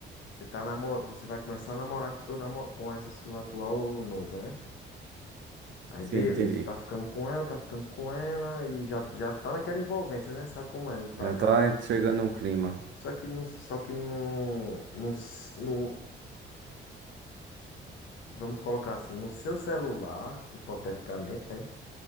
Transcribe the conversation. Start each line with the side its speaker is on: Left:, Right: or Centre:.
Left: você tá namor... você vai começar a namorar com sua namo... com essa sua atual noiva, né? Aí
Right: Sim,
Left: beleza,
Right: entendi.
Left: tá ficando com ela, tá ficando com ela e já, já tá naquela envolvência, né? Sabe como é ir pra
Right: Já
Left: casa.
Right: tá chegando um clima.
Left: Só que no, só que no, no, s- no- vamos colocar assim, no seu celular, hipoteticamente, né?